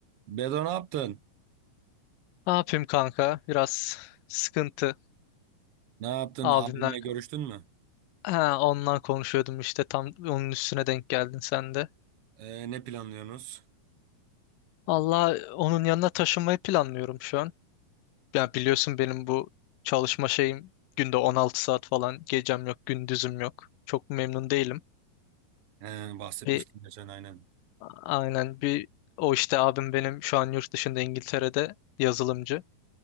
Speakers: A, on the right; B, on the left.
A: Bedo ne yaptın?
B: Ne yapayım kanka? Biraz sıkıntı.
A: Ne yaptın?
B: Abimler.
A: Abinle görüştün mü?
B: Ha, ondan konuşuyordum işte tam onun üstüne denk geldin sen de.
A: Ee, ne planlıyorsunuz?
B: Allah onun yanına taşınmayı planlıyorum şu an. Ya biliyorsun benim bu çalışma şeyim günde 16 saat falan gecem yok gündüzüm yok. Çok memnun değilim.
A: Ee, bahsetmiştin
B: Bir
A: geçen aynen.
B: aynen bir o işte abim benim şu an yurt dışında İngiltere'de yazılımcı.